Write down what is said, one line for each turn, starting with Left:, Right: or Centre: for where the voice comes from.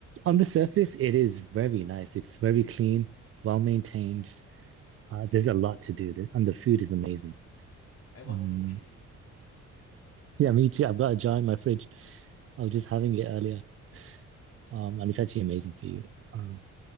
Right: on the surface, it is very nice. It's very clean, well maintained. Uh, there's a lot to do, There- and the food is amazing.
Left: I love
Right: Um,
Left: kimchi.
Right: yeah, me too. I've got a jar in my fridge. I was just having it earlier, um, and it's actually amazing for you. Um,